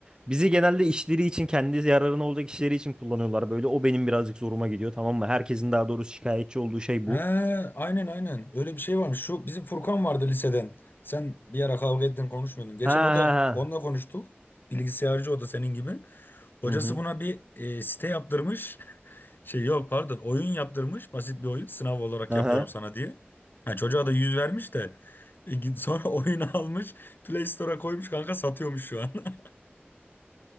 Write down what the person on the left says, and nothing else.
He,
aynen aynen. Öyle bir şey varmış. Şu bizim Furkan vardı liseden. Sen bir ara kavga ettin konuşmuyordun. Geçen
o da
onunla konuştuk. Bilgisayarcı o da senin gibi. Hocası
buna bir e, site yaptırmış. <laughs> Şey yok pardon oyun yaptırmış. Basit bir oyun. Sınav olarak
yapıyorum sana diye. Ha, çocuğa da yüz vermiş de. E, git- sonra <laughs> oyunu almış. Play Store'a koymuş kanka satıyormuş şu an. <laughs>